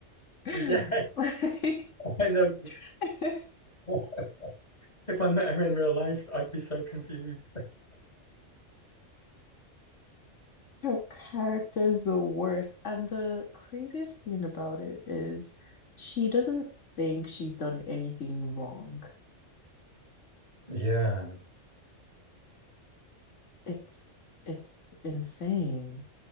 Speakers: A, on the left; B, on the left.
A: <laughs>
B: Yeah,
A: Like,
B: <laughs> I know.
A: <laughs>
B: <laughs> If I met her in real life, I'd be so confused.
A: her character's the worst. And the craziest thing about it is she doesn't think she's done anything wrong.
B: Yeah,
A: It's it's insane.